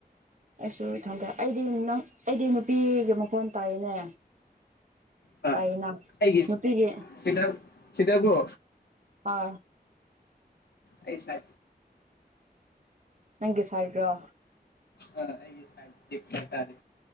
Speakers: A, on the right (about 50°); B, on the left (about 80°).
A: ꯑꯩꯁꯨ ꯏꯊꯟꯇ ꯑꯩꯗꯤ ꯅꯪ ꯑꯩꯗꯤ ꯅꯨꯄꯤꯒ ꯃꯈꯣꯟ ꯇꯥꯏꯅꯦ
B: ꯑ
A: ꯇꯥꯏꯅ
B: ꯑꯩꯒꯤ
A: ꯅꯨꯄꯤꯒꯤ
B: ꯁꯤꯇꯥ ꯁꯤꯇꯥꯒꯣ
A: ꯍ
B: ꯑꯩꯁ
A: ꯅꯪꯒꯤ ꯁꯥꯏꯒ꯭ꯔꯥ
B: ꯑ ꯑꯩ ꯁ ꯆꯦ ꯇꯔ